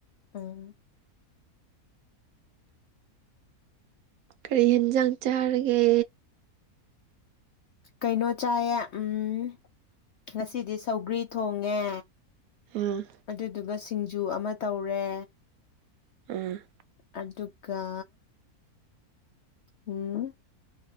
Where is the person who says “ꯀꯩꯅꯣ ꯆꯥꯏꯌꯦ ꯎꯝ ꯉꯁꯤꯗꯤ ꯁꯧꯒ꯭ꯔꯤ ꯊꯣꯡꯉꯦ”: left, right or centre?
Left